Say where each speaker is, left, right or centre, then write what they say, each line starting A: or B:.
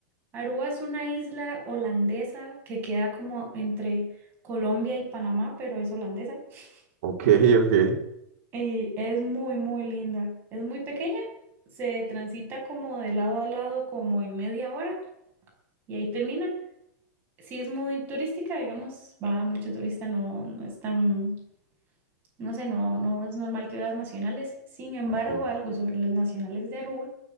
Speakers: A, on the right; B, on the right.
A: Aruba es una isla holandesa que queda como entre Colombia y Panamá, pero es holandesa. <laughs>
B: ok, ok.
A: Y es muy, muy linda. Es muy pequeña, se transita como de lado a lado como en media hora y ahí termina. Sí es muy turística, digamos, va mucho turista, no, no es tan, no sé, no, no es normal que veas nacionales. Sin embargo,
B: Ok,
A: algo sobre los nacionales de Aruba